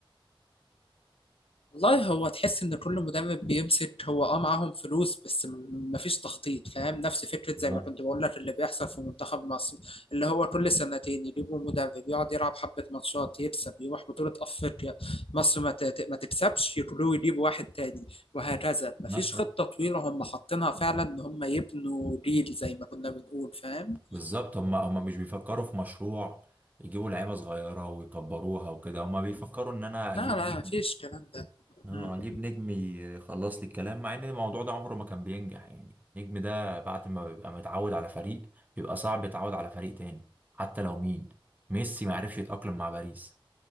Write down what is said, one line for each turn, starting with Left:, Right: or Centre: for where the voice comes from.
Left: والله هو تحس ان كل مدرب بيمسك هو اه معاهم فلوس بس م- مفيش تخطيط فاهم نفس فكره
Right: بالظبط
Left: زي ما كنت بقول لك اللي بيحصل في منتخب مصر اللي هو كل سنتين يجيبوا مدرب يقعد يلعب حبه ماتشات يكسب يروح بطوله افريقيا مصر ما ت- ما تكسبش يقولوا يجيبوا واحد تاني وهكذا مفيش
Right: نفس
Left: خطه طويله هم حاطينها فعلا ان هم يبنوا جيل زي ما كنا بنقول فاهم
Right: بالظبط هم هم مش بيفكروا في مشروع يجيبوا لعيبة صغيرة ويكبروها وكده هم بيفكروا إن أنا أجيب
Left: لا لا
Right: نجم
Left: مفيش الكلام ده
Right: اه
Left: مم.
Right: اجيب نجم يخلص لي الكلام مع ان الموضوع ده عمره ما كان بينجح يعني النجم ده بعد ما بيبقى متعود على فريق بيبقى صعب يتعود على فريق تاني حتى لو مين ميسي ما عرفش يتأقلم مع باريس